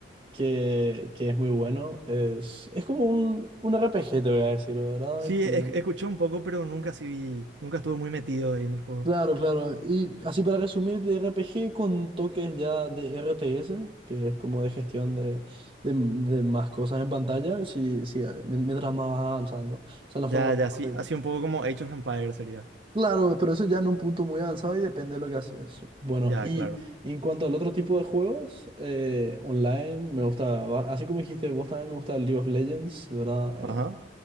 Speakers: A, on the right; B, on the right.
A: que, que es muy bueno. Es, es como un, un RPG, te voy a decir, ¿verdad?
B: Sí,
A: Con,
B: es- escuché un poco, pero nunca sí vi, nunca estuve muy metido ahí en el juego.
A: Claro, claro. Y así para resumir, de RPG con toques ya de RTS, que es como de gestión de, de- de más cosas en pantalla, sí, sí, eh, mien- mientras más vas avanzando. Esa es la
B: Ya,
A: forma
B: ya,
A: más fácil.
B: sí, así
A: ¿no?
B: un poco como Age of Empires sería.
A: Claro, pero eso ya en un punto muy avanzado y depende de lo que haces. Bueno,
B: Ya,
A: y
B: claro.
A: en cuanto al otro tipo de juegos, eh, online, me gusta, va- así como dijiste vos también me gusta el League of Legends, ¿verdad? Eh,
B: Ajá.